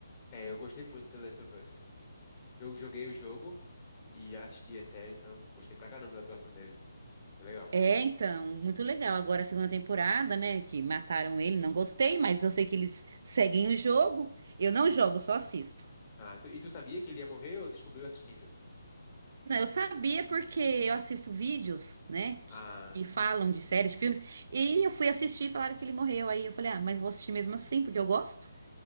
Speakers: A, on the left; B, on the right.
A: É, eu gostei muito de The Last of Us. Eu joguei o jogo e assisti a série, então gostei pra caramba da atuação dele. Foi legal.
B: É, então, muito legal. Agora a segunda temporada, né? Que mataram ele, não gostei, mas eu sei que eles seguem o jogo. Eu não jogo, só assisto.
A: Ah, tu- e tu sabia que ele ia morrer ou descobriu assistindo?
B: Não, eu sabia porque eu assisto vídeos, né?
A: ah
B: Que, que falam de séries, de filmes. E eu fui assistir e falaram que ele morreu. Aí eu falei, ah, mas vou assistir mesmo assim, porque eu gosto.